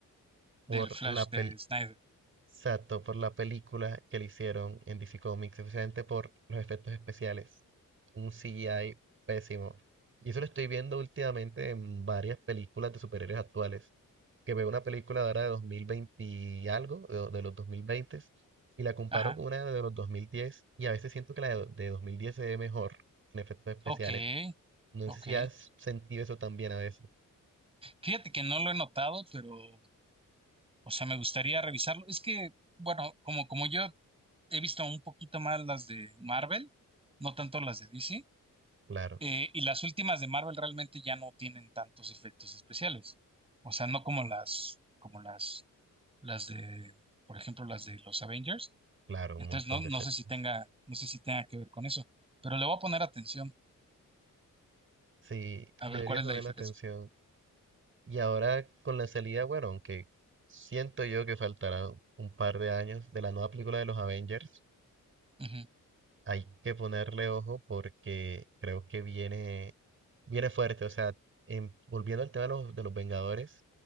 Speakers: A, on the right; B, on the right.
A: por
B: del Flash
A: la
B: de
A: pel
B: Snyder.
A: exacto, por la película que le hicieron en DC Comics, especialmente por los efectos especiales. Un CGI pésimo. Y eso lo estoy viendo últimamente en varias películas de superhéroes actuales. que veo una película de ahora de 2020 y algo, de, de los 2020, y la comparo
B: Ajá.
A: con una de los 2010, y a veces siento que la de, de 2010 se ve mejor en efectos especiales.
B: Ok,
A: No
B: ok.
A: sé si has sentido eso también a veces.
B: Fíjate que no lo he notado, pero O sea, me gustaría revisarlo. Es que, bueno, como, como yo he visto un poquito más las de Marvel, no tanto las de DC,
A: Claro,
B: eh, y las últimas de Marvel realmente ya no tienen tantos efectos especiales. O sea, no como las, como las, las de, por ejemplo, las de los Avengers.
A: claro,
B: Entonces,
A: un montón
B: no, no
A: de efectos.
B: sé si tenga, no sé si tenga que ver con eso, pero le voy a poner atención
A: Sí,
B: a
A: deberías
B: ver cuál es
A: poner
B: la diferencia.
A: la atención. Y ahora con la salida, bueno, aunque siento yo que faltará un par de años de la nueva película de los Avengers,
B: Ujú,
A: hay que ponerle ojo porque creo que viene Viene fuerte, o sea, em, volviendo al tema de los, de los Vengadores,